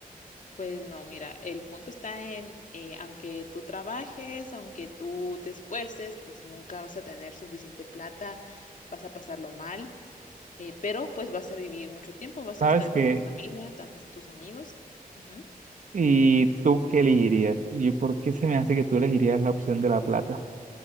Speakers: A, on the left; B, on the right.
A: Pues no, mira, el punto está en, eh, aunque tú trabajes, aunque tú te esfuerces, pues nunca vas a tener suficiente plata, vas a pasarlo mal, eh, pero pues vas a vivir mucho tiempo, vas
B: ¿Sabes
A: a estar
B: qué?
A: con tu familia, también tus amigos. Ujú.
B: ¿Y tú qué elegirías? Yo, ¿por qué se me hace que tú elegirías la opción de la plata?